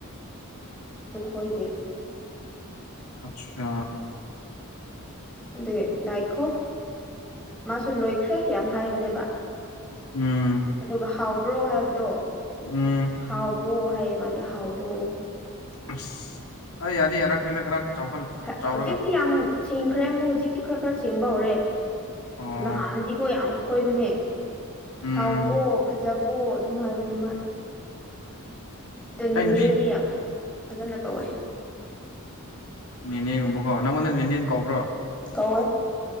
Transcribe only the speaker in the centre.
ꯍꯣꯏꯗꯦ
ꯑꯗꯨꯗꯤ ꯅꯥꯏꯈꯣ ꯃꯥꯁꯨ ꯂꯣꯏꯈ꯭ꯔꯦ ꯌꯥꯝ ꯍꯥꯏꯕꯅꯦꯕ
ꯑꯗꯨꯒ ꯍꯥꯎꯕ꯭ꯔꯣ ꯍꯥꯏꯕꯗꯣ
ꯍꯥꯎꯕ꯭ꯔꯣ ꯍꯥꯏꯌꯦ ꯃꯥꯗꯤ ꯍꯥꯎꯕ꯭ꯔꯣ
ꯍꯧꯖꯤꯛꯇꯤ
ꯌꯥꯝ ꯁꯦꯡꯈ꯭ꯔꯦ ꯑꯃꯨꯛ ꯍꯧꯖꯤꯛꯇꯤ ꯈꯔ ꯈꯔ ꯁꯦꯡꯕ ꯍꯧꯔꯦ
ꯅꯍꯥꯟꯗꯤꯀꯣ ꯌꯥꯝ ꯈꯣꯏꯕꯅꯦ
ꯍꯥꯎꯕꯣ ꯐꯖꯕꯣ ꯑꯗꯨꯝ ꯍꯥꯏꯕꯅꯦ ꯃꯥꯗꯤ ꯑꯗꯣ ꯅꯦꯅꯦꯗꯤ
ꯌꯥꯝ ꯐꯖꯅ ꯀꯧꯋꯦ
ꯀꯧꯋꯏ